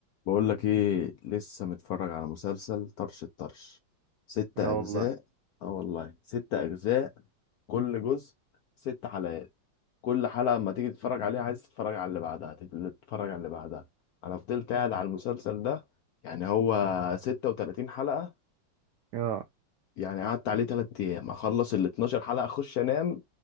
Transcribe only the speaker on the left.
بقول لك ايه لسه متفرج على مسلسل طرش الطرش ستة
اجزاء اه والله ستة اجزاء كل جزء ست حلقات كل حلقة اما تيجي تتفرج عليها عايز تتفرج على اللي بعدها تت- تتفرج على اللي بعدها انا فضلت قاعد على المسلسل ده يعني هو ستة وتلاتين حلقة
يعني قعدت عليه تلات ايام اخلص ال 12 حلقة اخش انام